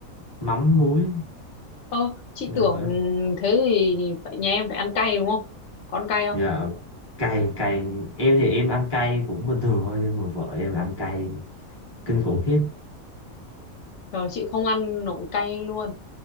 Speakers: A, on the left (about 20°); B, on the left (about 60°).
A: mắm muối
B: Ơ, chị
A: dạ
B: tưởng
A: ở-
B: thế thì phải nhà em phải ăn cay đúng không? Con cay không?
A: dạ. cay cay em thì em ăn cay cũng bình thường thôi nhưng mà vợ em ăn cay kinh khủng khiếp
B: Trời, chị không ăn nổi cay luôn.